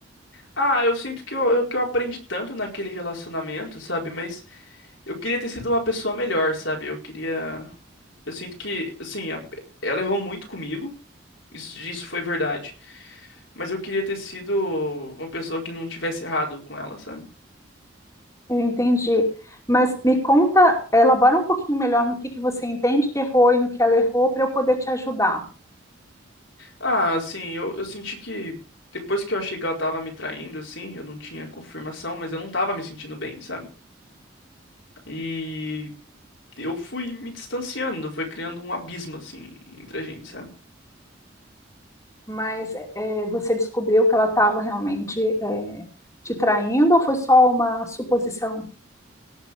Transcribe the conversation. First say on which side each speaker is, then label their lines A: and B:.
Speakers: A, on the left (about 80°); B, on the left (about 15°).
A: Ah, eu sinto que eu, eu- que eu aprendi tanto naquele relacionamento, sabe? Mas Eu queria ter sido uma pessoa melhor, sabe? Eu queria. Eu sinto que, assim, a- ela errou muito comigo. Isso, isso foi verdade. Mas eu queria ter sido uma pessoa que não tivesse errado com ela, sabe?
B: Eu entendi. Mas me conta, elabora um pouquinho melhor no que que você entende que errou e no que ela errou para eu poder te ajudar.
A: Ah, assim, eu, eu senti que depois que eu achei que ela tava me traindo, assim, eu não tinha confirmação, mas eu não tava me sentindo bem, sabe? E eu fui me distanciando, foi criando um abismo, assim, entre a gente, sabe?
B: Mas é, é, você descobriu que ela estava realmente é, te traindo ou foi só uma suposição?